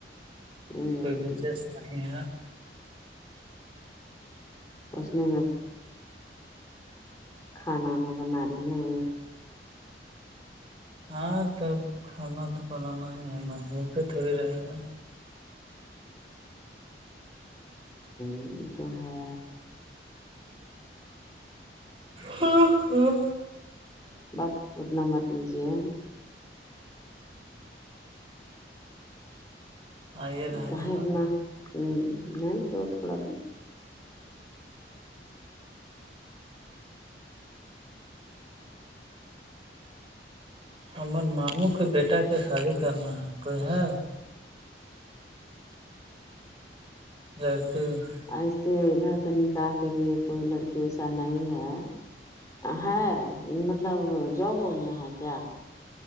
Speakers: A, on the left (about 20°); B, on the right (about 30°).
A: ہ
B: <unintelligible> کوئی بشیش نہیں ہے
A: پسینے میں کھنا وانا بنا رہی نی
B: ہاں تب کھانا تو بنانا ہی ہے نا بھوکے تھوڑی رہے گا
A: یہ تو ہے
B: ہوں ہوں
A: بس اتنا مت لیجیے
B: آئیے
A: <unintelligible>
B: رہا
A: کاہیئنا
B: تو کا
A: نہیں تو تھوڑا
B: ہمر ماموں کے بیٹا کے شادی کرنا ہے کوئی ہے <unintelligible>
A: ایسے ادھر نکاح کے لیے کوئی لڑکی ویسا نہیں ہے ہے مطلب جاب وب میں ہے کیا